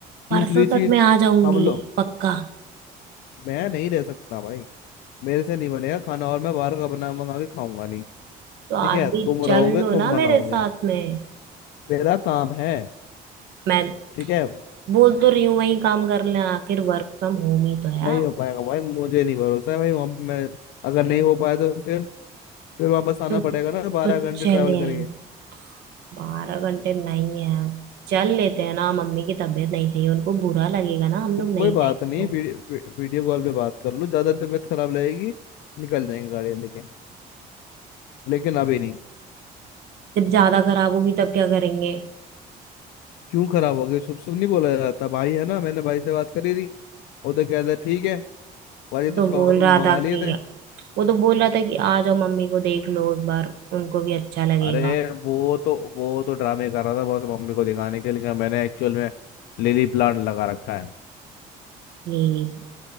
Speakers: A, on the right (about 75°); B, on the left (about 85°).
A: परसों
B: दूसरी
A: तक
B: चीज
A: मैं आ जाऊंगी
B: हम लोग
A: पक्का
B: मैं नहीं रह सकता भाई मेरे से नहीं बनेगा खाना और मैं बाहर का बना मंगा के खाऊंगा नहीं
A: तो आप
B: ठीक है
A: भी
B: तुम
A: चल
B: रहोगे
A: लो
B: तुम
A: ना
B: बनाओगे
A: मेरे साथ में
B: मेरा काम है
A: मैं
B: ठीक है
A: बोल तो रही हूँ वही काम कर लेना आखिर वर्क फ्रॉम होम ही तो है यार
B: नहीं हो पाएगा भाई मुझे नहीं भरोसा है भाई वहां पे मैं अगर नहीं हो पाया तो फिर फिर वापस आना
A: तो
B: पड़ेगा ना बारह
A: तो
B: घंटे
A: चले
B: ट्रैवल करके
A: आएंगे बारह घंटे नहीं है यार चल लेते हैं ना मम्मी की तबीयत नहीं सही है उनको बुरा लगेगा ना हम लोग
B: तो
A: नहीं
B: कोई
A: जाएंगे
B: बात नहीं
A: तो
B: वीडियो वी- वीडियो कॉल पे बात कर लो ज्यादा तबीयत खराब लगेगी निकल जाएंगे गाड़ी लेके लेकिन अभी नहीं
A: जब ज्यादा खराब होगी तब क्या करेंगे
B: क्यों खराब हो गई शुभ शुभ नहीं बोला जाता भाई है ना मैंने भाई से बात करी थी वो तो कहता है, ठीक है भाई ये तो
A: तो
B: शौक
A: बोल
B: में
A: रहा
B: मंगा
A: था
B: लिए
A: कि
B: थे
A: वो तो बोल रहा था कि आ जाओ मम्मी को देख लो एक बार उनको भी अच्छा लगेगा
B: अरे वो तो वो तो ड्रामे कर रहा था बस मम्मी को दिखाने के लिए मैंने एक्चुअल में लिली प्लांट लगा रखा है
A: प्लीज